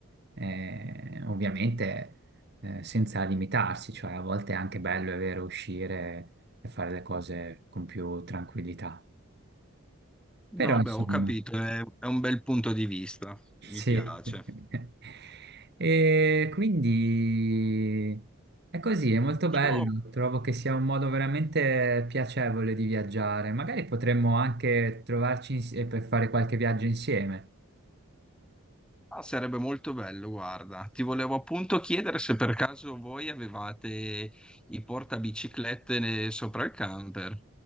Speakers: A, on the right (about 50°); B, in the centre.
A: eh, ovviamente eh, senza limitarsi, cioè a volte è anche bello, è vero, uscire e fare le cose con più tranquillità.
B: No,
A: Però insomma,
B: beh, ho capito, è è un bel punto di vista,
A: sì.
B: mi piace.
A: <laughs> E quindi è così, è molto
B: Io
A: bello. Trovo che sia un modo veramente piacevole di viaggiare. Magari potremmo anche trovarci insie- per fare qualche viaggio insieme.
B: Ah, Sarebbe molto bello, guarda. Ti volevo appunto chiedere se per caso voi avevate i portabiciclette ne- sopra il camper.